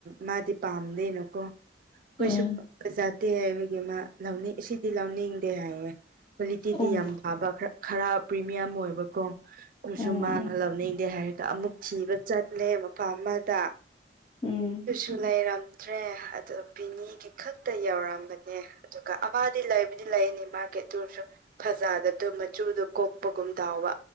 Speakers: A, on the right; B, on the left.
A: ꯃꯥꯗꯤ ꯄꯥꯝꯗꯦꯅꯀꯣ ꯑꯩꯈꯣꯏꯁꯨꯄꯖꯥꯗꯦ
B: ꯎꯝ
A: ꯍꯥꯏꯕꯒꯤ ꯃꯥ ꯂꯧꯅꯤꯡ ꯁꯤꯗꯤ ꯂꯧꯅꯤꯡꯗꯦ ꯍꯥꯏꯌꯦ ꯀ꯭ꯋꯥꯂꯤꯇꯤꯗꯤ
B: ꯑꯣ
A: ꯌꯥꯝ ꯐꯕ ꯈꯔ ꯄ꯭ꯔꯤꯃꯤꯌꯝ ꯑꯣꯏꯕꯀꯣ ꯑꯗꯨꯁꯨ
B: ꯎꯝ
A: ꯃꯥꯅ ꯏꯟꯗ‌ꯦ ꯍꯥꯏꯔ ꯑꯃꯨꯛ ꯊꯤꯕ ꯆꯠꯂꯦ ꯃꯐꯝ ꯑꯃꯗ
B: ꯎꯝ
A: ꯑꯗꯨꯁꯨ ꯂꯩꫪꯝ ꯗ꯭ꯔꯦ ꯑꯗꯨꯗꯣ ꯕꯤꯅꯤꯒꯤ ꯈꯛꯇ ꯌꯧꯔꯝꯕꯅꯦ ꯑꯗꯨꯒ ꯑꯃꯗꯤ ꯂꯩꯕꯨꯗꯤ ꯂꯩꯅꯤ ꯃꯥ ꯀꯦꯇꯁꯨ ꯐꯖꯗꯕꯗꯨꯣ ꯃꯆꯨꯗꯣ ꯀꯣꯛꯄꯒꯨꯝ ꯇꯥꯎꯕ